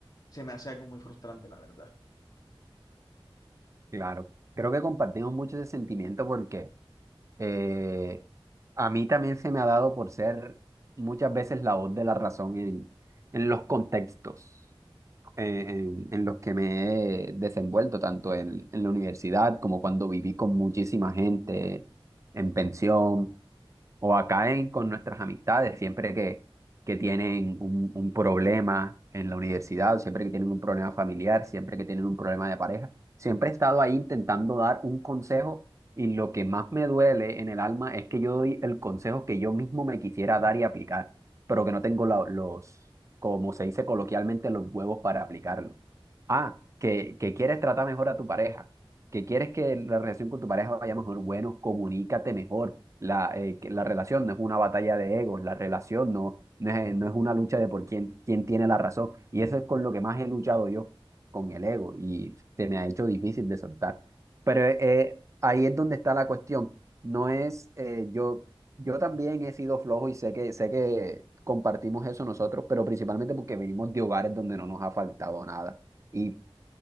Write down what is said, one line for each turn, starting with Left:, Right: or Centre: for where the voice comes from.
Left: se me hace algo muy frustrante, la verdad.
Right: Claro, creo que compartimos mucho ese sentimiento porque eh, a mí también se me ha dado por ser muchas veces la voz de la razón en, en los contextos eh, en, en los que me he desenvuelto, tanto en, en la universidad como cuando viví con muchísima gente en pensión o acá en- con nuestras amistades, siempre que, que tienen un, un problema en la universidad, o siempre que tienen un problema familiar, siempre que tienen un problema de pareja, siempre he estado ahí intentando dar un consejo y lo que más me duele en el alma es que yo doy el consejo que yo mismo me quisiera dar y aplicar, pero que no tengo la- los, como se dice coloquialmente, los huevos para aplicarlo. Ah, que, que quieres tratar mejor a tu pareja que quieres que la relación con tu pareja vaya mejor, bueno, comunícate mejor. La, eh, que la relación no es una batalla de egos, la relación no, no es, no es una lucha de por quién, quién tiene la razón. Y eso es con lo que más he luchado yo, con el ego, y se me ha hecho difícil de soltar. Pero eh, eh, ahí es donde está la cuestión. No es, eh, yo, yo también he sido flojo y sé que, sé que compartimos eso nosotros, pero principalmente porque venimos de hogares donde no nos ha faltado nada. Y